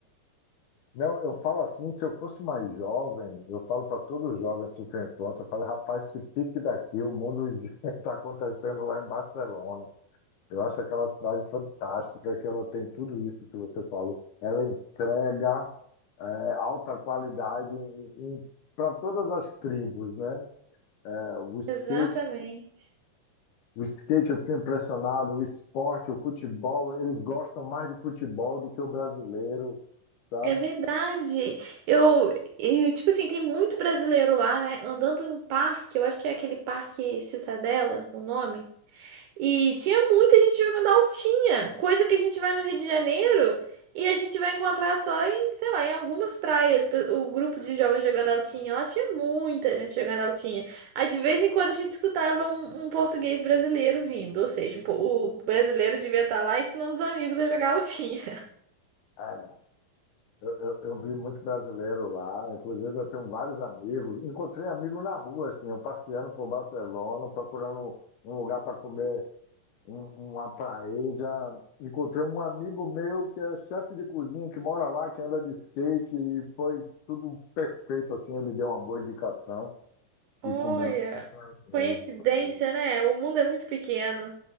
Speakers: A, on the left; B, on the right.
A: Não, eu falo assim, se eu fosse mais jovem, eu falo para todo jovem assim que eu encontro, eu falo, rapaz, se pique daqui, o mundo <laughs> está acontecendo lá em Barcelona. Eu acho aquela cidade fantástica, que ela tem tudo isso que você falou. Ela entrega é, alta qualidade para todas as tribos, né? É, o skate,
B: Exatamente.
A: o skate eu fiquei impressionado, o esporte, o futebol, eles gostam mais de futebol do que o brasileiro, sabe?
B: É verdade. Eu, e, tipo assim, tem muito brasileiro lá, né? Andando em um parque, eu acho que é aquele parque Citadela, o nome. E tinha muita gente jogando altinha, coisa que a gente vai no Rio de Janeiro e a gente vai encontrar só em, sei lá, em algumas praias. Pe- O grupo de jovens jogando altinha, lá tinha muita gente jogando altinha. Aí de vez em quando a gente escutava um, um português brasileiro vindo, ou seja, um po- o brasileiro devia estar lá ensinando os amigos a jogar altinha.
A: É, Eu, eu, eu vi muito brasileiro lá, inclusive eu tenho vários amigos. Encontrei amigo na rua, assim, eu passeando por Barcelona, procurando um lugar para comer um, um, uma paella. Encontrei um amigo meu que é chefe de cozinha, que mora lá, que anda de skate, e foi tudo perfeito, assim, ele deu uma boa indicação
B: Olha,
A: e comemos super bem.
B: coincidência,
A: Foi
B: né? O mundo é muito pequeno.